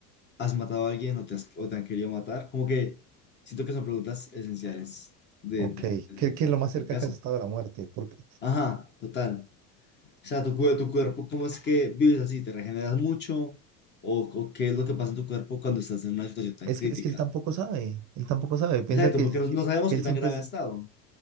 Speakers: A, on the left (about 25°); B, on the right (about 40°).
A: ¿has matado a alguien o te, has- o te han querido matar? Como que siento que son preguntas esenciales de-
B: Ok,
A: de- del,
B: ¿qué, qué es lo más cerca
A: del caso.
B: que has estado a la muerte? Porque
A: Ajá, total. O sea, tu, cue- tu cuerpo, ¿cómo es que vives así? ¿Te regeneras mucho? ¿O, o qué es lo que pasa en tu cuerpo cuando estás en una situación tan
B: es
A: crítica?
B: que, es que él tampoco sabe, él tampoco sabe, piensa
A: Exacto,
B: que,
A: porque
B: él-
A: no,
B: que,
A: no sabemos
B: que
A: qué
B: él
A: tan
B: siempre
A: grave
B: es,
A: ha estado.